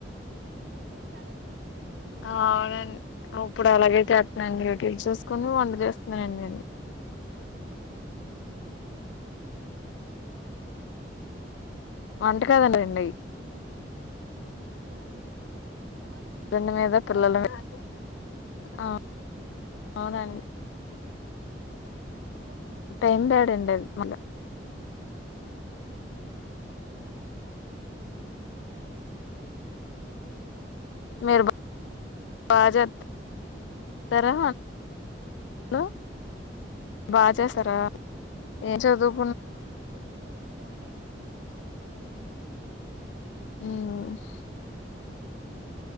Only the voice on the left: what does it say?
అవునండి
ఇప్పుడు అలాగేతేస్తున్నాండి యూట్యూబ్ చూ కుని వండు చేేస్తున్నాండి నేను
వంటకాదండ
రండి
హస్బెండ్ మీద పిల్లల
మీద
ఆ అవునండి
టైం బ్యాడండి
అది మళ్ళీ
మరి
బా చెప్పారు <unintelligible> బా
చేస్తారా ఏం చదువు
<inaudible>